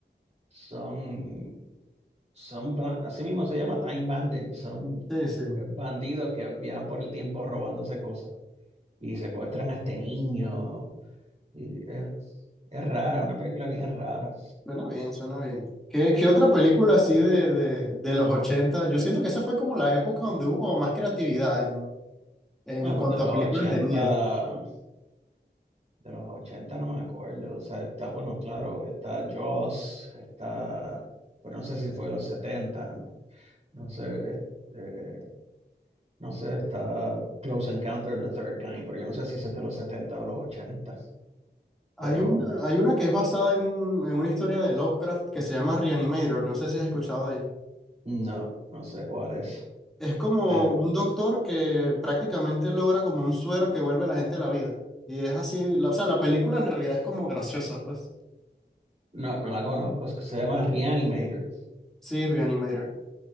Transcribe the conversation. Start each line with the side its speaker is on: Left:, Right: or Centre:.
Right: son, son, ba- así mismo se llama Time Bandits, son
Centre: Sí, sí.
Right: eh, bandidos que viajan por el tiempo robándose cosas. y secuestran a este niño. Y es, es rara, una película bien rara.
Centre: Suena bien, suena bien. ¿Qué, qué otra película así de, de, de los 80? Yo siento que esa fue como la época donde hubo como más creatividad en, en
Right: No,
Centre: cuanto
Right: pues de los
Centre: a películas
Right: ochenta
Centre: de miedo.
Right: de los 80 no me acuerdo. O sea, está, bueno, claro, está Jaws, está, pero no sé si fue de los 70 no, no sé, es- eh, no sé, está Close Encounter of the Third Kind, pero yo no sé si ese es de los 70 o los 80
Centre: Hay
Right: pero
Centre: una, hay una que es basada en, un- en una historia de Lovecraft que se llama Reanimator, no sé si has escuchado de ella.
Right: no, no sé cuál es,
Centre: Es como
Right: pero
Centre: un doctor que prácticamente logra como un suero que vuelve a la gente a la vida. Y es así, la- o sea, la película en realidad es como graciosa, pues.
Right: no, no la conozco, es que se llama Reanimator.
Centre: Sí, Reanimator.